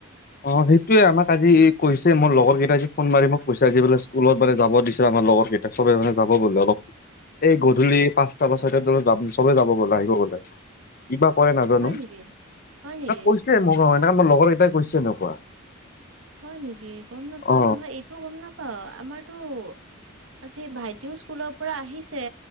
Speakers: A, on the left; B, on the right.
A: অ সেইটোয়ে আমাক আজি কৈছে মোৰ লগৰ কেইটাই আজি ফোন মাৰি মোক কৈছে আজি বুলে স্কুলত মানে যাব দিছে তোমাৰ লগৰ কেইটাক সবে জানে যাব বোলে অলপ এই গধূলি পাঁচটা বা ছয়িটা বত যাম চবে যাব বলে আহিব গলে কিবা কৰে নাজানো
B: হয় নেকি? হয় নেকি?
A: কৈছে মে আমাৰ লগৰ কেইটাই কৈছে এনেকুৱা
B: হয় নেকি গম নাপাওঁ
A: অ
B: নহয় এইটো গম নাপাওঁ আমাৰতো আজি ভাইটিও স্কুলৰ পৰা আহিছে